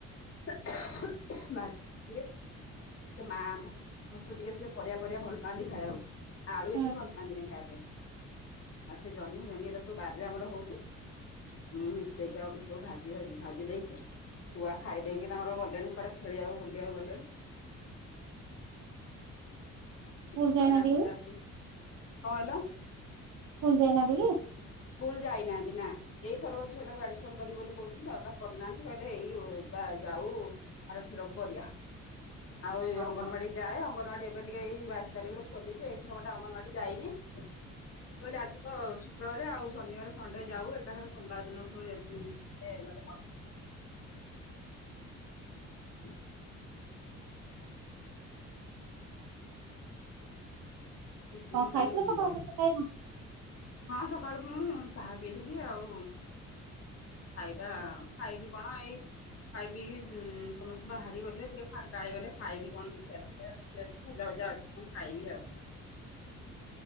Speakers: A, on the left (about 50°); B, on the right (about 85°).
A: ଭାଜି ଦଉଚି ଟିକେ। ସେ ମା ଆମ, ଶାଶୁ ଟିକେ ସେ ପରିବା ପରିବା ଭଲ ପାଆନ୍ତି ଖାଇବାକୁ। ଆଳୁ ଏତେ
B: ହୁଁ
A: ଭଲ ପାଆନ୍ତିନି ଖାଇବା ପାଇଁ, ଆଉ ସେ ଜହ୍ନି ଭେଣ୍ଡି ଏରା ସବୁ ବାରିରେ ଆମର ହଉଚି। ମୁଁ ମିଶେଇକି ଆଉ ଟିକେ ସବୁ ଭାଜି ଭାଜି ଭାଜି ଦେଇଚି। ଛଆ ଖାଇ ଦେଇକି ତାଙ୍କର ଗଲେଣି କୁଆଡ଼େ ଖେଳିବାକୁ ବୁଲିବାକୁ ଗଲେଣି।
B: ସ୍କୁଲ
A: ଟିକେ ସରିଲା
B: ଯାଇନାହାନ୍ତି
A: ଟିକେ
B: କି?
A: ଆସି, କଣ କହିଲ?
B: ସ୍କୁଲ ଯାଇନାହାନ୍ତି କି?
A: ସ୍କୁଲ ଯାଇ ନାହାନ୍ତି, ନା। ଏଇଥରକ ଝିଅ ଟାକୁ ଆଡମିସନ କରିବି ବୋଲି କହୁଥିଲି, ତା ବାବା କରିନାହାନ୍ତି, କହିଲେ ଏଇ ଯା ଯାଉ ଆର ଥରକୁ କରିଆ, ଆଉ ଏଇ
B: ହଁ
A: ଅଙ୍ଗନବାଡି
B: ହଁ
A: ଯାଏ, ଅଙ୍ଗନୱାଡି ଏବେ ଟିକେ ଏଇ ବାଇଶି ତାରିଖରେ ଖୋଲିଚି, ଏଇଥର ଟା ଅଙ୍ଗନୱାଡି ଯାଇନି। ମୁଁ କହିଲି ଆଜି ତ ଶୁକ୍ରବାର, ଆଉ ଶନିବାର ସଣ୍ଡେ ଯାଉ, ଏକାଥରେ ସୋମବାର ଦିନ ଠୁ ଆଜି <unintelligible> <unintelligible> ଦି ଦିନ
B: କଣ
A: ପାଇଁ
B: ଖାଇଥିଲ ସକାଳୁ,
A: ବଢି
B: କିଛି ଖାଇନ?
A: ହଁ, ସକାଳୁ ମୁଁ ଚାହା ପିଇଥିଲି ଆଉ ଖାଇବା ଖାଇବି କଣ ଏଇ ଖାଇ ପିକି ସମସ୍ତେ ବାହାରି ଗଲେ, ଟିକେ ଫାଙ୍କା ହେଇଗଲେ ଖାଇବି କଣ ଦେଖିଆ ଦିଟା। ରୁଟି ଅଛି, ଭଜା ଭାଜା ଅଛି କଣ ଖାଇବି ଆଉ।
B: <inaudible>